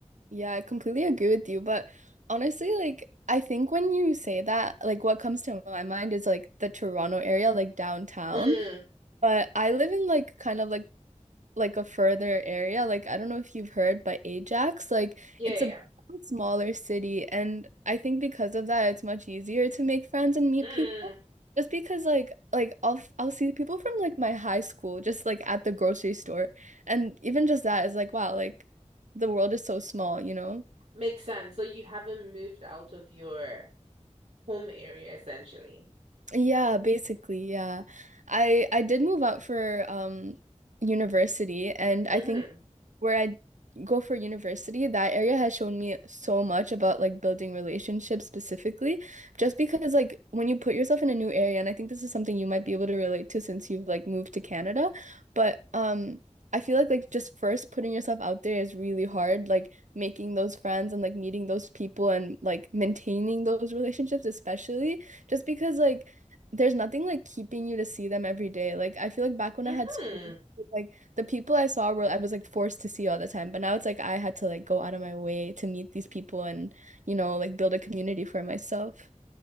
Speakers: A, on the right (about 80°); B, on the right (about 65°).
A: Yeah, I completely agree with you. But honestly, like, I think when you say that, like, what comes to my mind is like the Toronto area, like downtown.
B: Mm,
A: But I live in like kind of like like a further area. Like I don't know if you've heard, but Ajax, like
B: yeah,
A: it's a
B: yeah.
A: smaller city, and I think because of that, it's much easier to make friends and meet
B: yeah. Mm,
A: people. Just because like like I'll f- I'll see people from like my high school just like at the grocery store, and even just that is like wow, like the world is so small, you know?
B: makes sense. So you haven't moved out of your home area essentially.
A: Yeah, basically, yeah. I I did move out for um university and I
B: Mm-hmm.
A: think where I go for university, that area has shown me so much about like building relationships specifically, just because like when you put yourself in a new area, and I think this is something you might be able to relate to since you've like moved to Canada, but um I feel like like just first putting yourself out there is really hard, like making those friends and like meeting those people and like maintaining those relationships especially just because like there's nothing like keeping you to see them every day. Like I feel like back when
B: Mm-hmm.
A: I had school, like the people I saw were I was like forced to see all the time. But now it's like I had to like go out of my way to meet these people and, you know, like build a community for myself.